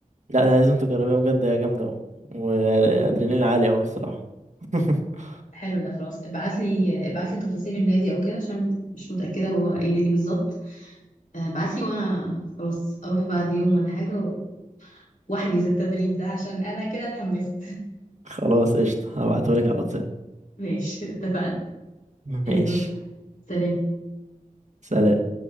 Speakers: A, on the right; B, on the left.
A: لا انا لازم تجربيها بجد يا جامدة اوي وادرينالين عالي اوي الصراحة <laughs>
B: حلو ده خلاص ابعت لي ابعت لي تفاصيل النادي او كده عشان مش متأكدة هو اي نادي بالظبط آه، ابعت لي وانا خلاص اروح بعد يوم ولا حاجة و... واحجز التدريب ده عشان انا كده اتحمست
A: خلاص قشطة هبعتهولك على الواتساب
B: <laughs> ماشي اتفقنا
A: ماشي
B: يلا سلام
A: سلام